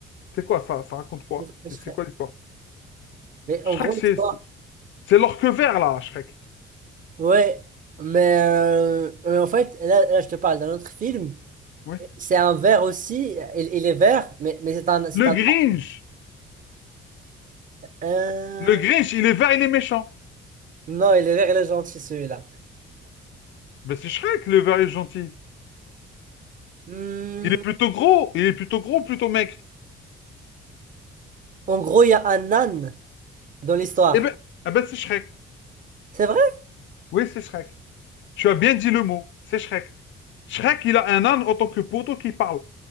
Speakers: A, on the left; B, on the right.
A: c'est quoi ça? Ça raconte quoi?
B: peut-être Pas
A: C'est
B: Shrek.
A: c'est quoi l'histoire?
B: Mais en
A: Shrek,
B: gros, l'histoire...
A: c'est c'est- c'est l'orque vert là, Shrek.
B: Ouais. Mais euh, euh, en fait, là, là, je te parle d'un autre film.
A: Oui.
B: C'est un vert aussi. Il, il est vert, mais, mais c'est un... C'est
A: Le
B: un...
A: Grinch.
B: Euh,
A: Le Grinch, il est vert, il est méchant.
B: Non, il est vert, il est gentil, celui-là.
A: Ben c'est Shrek, le vert est gentil.
B: Hmm,
A: Il est plutôt gros, il est plutôt gros, plutôt maigre.
B: En gros, il y a un âne dans l'histoire.
A: Eh ben, eh ben, c'est Shrek.
B: C'est vrai?
A: Oui, c'est Shrek. Tu as bien dit le mot. C'est Shrek. Shrek, il a un âne en tant que poteau qui parle.